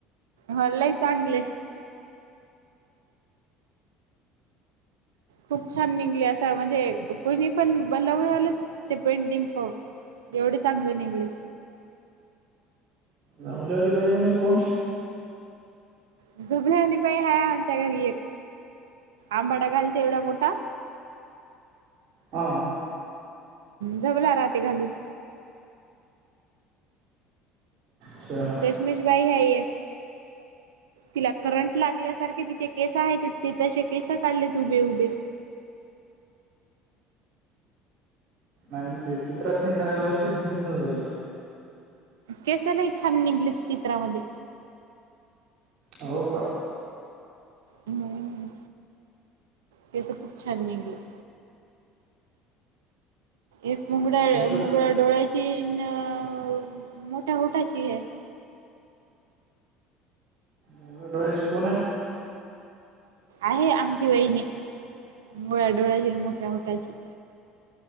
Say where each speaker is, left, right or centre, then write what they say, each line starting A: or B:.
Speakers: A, on the right (about 70°); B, on the right (about 50°).
A: होय लई चांगले खूप छान निघले असं म्हणजे कुणी पण बनवलंच ते पेंटिंग पाहून. एवढ चांगलं निघलय.
B: झबलेवाली बाई म्हणजे कोण.
A: झबलेवाली बाई हाय आमच्या घरी एक आंबाडा घालते एवढा मोठा.
B: हां.
A: झबला राहते घालून.
B: अच्छा.
A: चशमेश बाई है एक. तिला करंट लागल्यासारखे तिचे केस हैत ते तसे केस काढलेत उभे उभे.
B: काय म्हणते चित्रात नी जरा व्यवस्थित दिसत नसलं.
A: केस लई छान निघलेत चित्रामध्ये.
B: हो का.
A: हम्म केस खूप छान निगलेत. एक मुगड्या
B: चित्र
A: मुगड्या डोळ्याची अ न मोठ्या होठाची हाय.
B: मुगळ्या डोळ्याची कोण हाय.
A: आहे आमची वहिणी मुगळ्या डोळ्याची आणि मोठ्या होटाची.